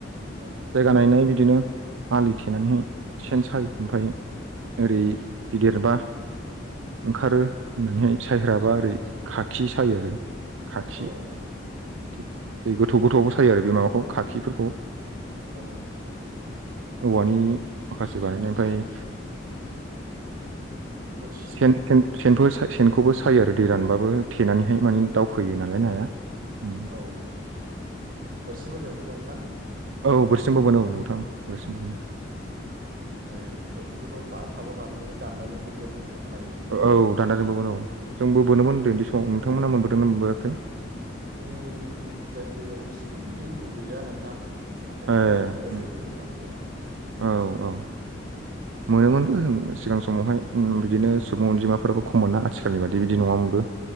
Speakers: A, on the right; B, on the right.
A: औ
B: जायगा नायनाय बिदिनो आलि थेनानैहाय सेन सायो ओमफ्राय ओरै गिदिरबा ओंखारो होननानैहाय सायग्राबा ओरै खाखि सायो आरो। खाखि
A: औ
B: बिदि दै गोथौ गोथौयावबो सायो आरो बे माबाखौ खाखिफोरखौ
A: औ
B: औवानि माखासे बानायनाय ओमफ्राय
A: बोरसि
B: सेन थेन सेनफोर सेनखौबो सायो आरो दै रानबाबो थेनानैहाय मानि दावखोयो नालाय
A: औ
B: नाया। उम।
A: औ बोरसिफोरजोंबो बोनो ना?
B: औ बोरसिजों बोनो औ नोंथां बोरसिजोंबो बोनो
A: ओरै बोरसिखौथ' बाथाजोंबो बोनो दानदाजोंबो बोनो खोनायो आं
B: औ दानदाजोंबो बोनो औ जोंबो बोनोमोन उनदै उनदै समाव नोंथांमोना मोनबोदों ना मोनबोयाखै?
A: जोंनि जायगायाव एसेबां दैबो गैया नोंथां। ओंखायनो
B: ए
A: मोनबोयासै
B: उम,
A: बैफोर समखौ
B: औ औ मोनोमोनबो सिगां समावहाय बिदिनो सुबुं अनजिमाफोराबो खम मोना आथिखालनि बादि बिदि नङामोनबो।